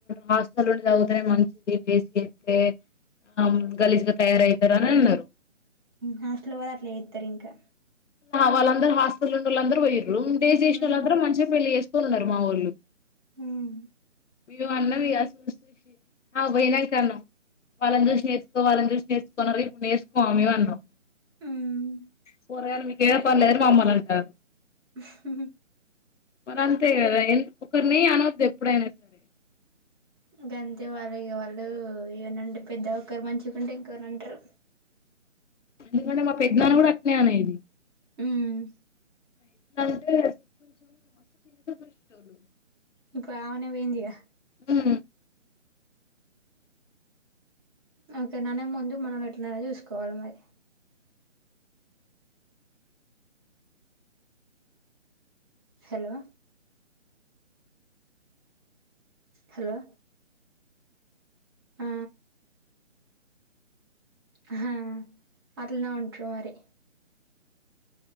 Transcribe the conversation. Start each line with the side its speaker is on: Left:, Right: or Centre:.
Left: హాస్టలుండి చదువుతరెమో మీ <inaudible> తం గలీజ్గా తయారవుతారాని అన్నారు.
Right: హాస్టల్ పోయే అట్లా చేస్తారు ఇంకా.
Left: వాళ్ళందర హస్టల్ ఉన్నోళ్ళందరుూ, పోయ్యిర్రు. డేస్ చేసినళ్ళందరు
Right: ఉమ్
Left: మంచిగా పెళ్లి చేస్ కున్నారు. మావోళ్ళు
Right: ఉమ్
Left: మీవాన్నాం. ఇగ చూస్ చూసి ఆమ్ పోయినంకన్నం వాళ్లన్ చూసి నేర్చుకో, వాళ్లన్ చూసి నేర్చుకో అన్నారు గా. ఇప్పుడు నేర్స్కోవా మిం అన్నాం.
Right: ఉమ్
Left: పోరగల్ మీకు ఏం పన్లేదనీ మామ్మల్ని అంటార్.
Right: హ
Left: మరి అంతే కదా. ఎంద్ ఒకర్ని అన్నోద్దు ఎప్పుడైనా. సరే
Right: గంతే మరి ఇగ వాళ్ళు ఏమనంటే, పెద్ద ఒకరు మంచిగుంటే ఇంకోర్నానంట్రు.
Left: ఎందుకంటే, మా పెద్నాన్న కూడా అట్నే అనేది.
Right: ఉమ్
Left: ఎట్లా అంటే సింపుల్ <inaudible> మస్తు ఫీలయితారు.
Right: ఇప్పుడ్ అవనే బోయిందిగా
Left: ఉమ్
Right: ఓకర్ననే ముందు మనమెట్లునాదనేది చూసుకోవాలి మరి. హలో హలో ఆ ఆహా అట్లానే ఉంట్రు మరి.